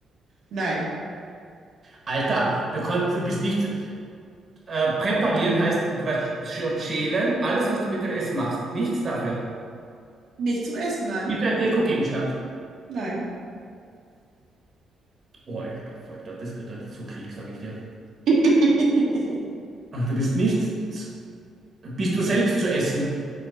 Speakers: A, on the right (about 70°); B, on the right (about 35°).
A: nein.
B: Alter, du kannst, du bist nicht, äh, präparieren heißt, du weißt schon schälen, alles, was du mit dem Essen machst. Nichts dafür.
A: Nicht zum Essen, nein.
B: Bist du ein Dekogegenstand.
A: Nein.
B: Oh, alter Falter, das bedeutet so Krieg, sag ich dir.
A: <laughs>
B: Aber du bist nicht, z- bist du selbst zu essen?